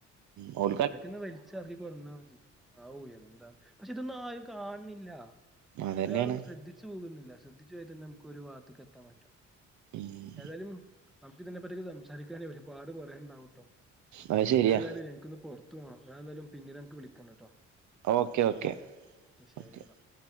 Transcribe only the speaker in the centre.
അവരൊക്കെന്ന് വലിച്ച ഇറക്കി കൊറന്നാൽ മതി ഔ എന്താ പക്ഷെ ഇതൊന്നും ആരും കാണണില്ല
ഒരാളൊന്നും ശ്രദ്ധിച്ച് പോകുന്നില്ല ശ്രദ്ധിച്ച പോയ തന്നെ നമുക്ക് ഒരു വാ ക്കാൻ പറ്റും
ഏതായാലും നമുക്ക് ഇതിനെ പറ്റിക്കെ സംസാരിക്കാ ഒരുപാട് പറയാനുണ്ടാവും ട്ടോ
ഞാൻ എതായാലും എനിക്കൊന്ന് പുറത്തു പോകണം ഞാന് എന്തായാലും പിന്നീട് ഞമ്മക്ക് വിളിക്കണ്ട്ട്ടോ
ശരി
എന്നാ